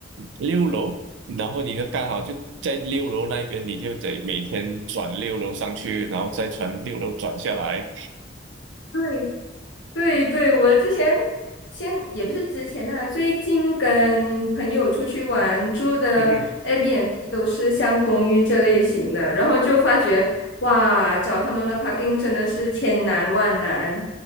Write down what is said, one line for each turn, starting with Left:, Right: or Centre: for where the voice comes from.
Right: 六楼，然后你就刚好就在六楼那边，你就得每天转六楼上去，然后再从六楼转下来。
Left: 对，对对，我之前先也不是之前呢，最近跟朋友出去玩，住的
Right: <laughs> 嗯哼
Left: Airbnb 都是像公寓这类型的，然后就发觉哇，找他们的 parking 真的是千难万难。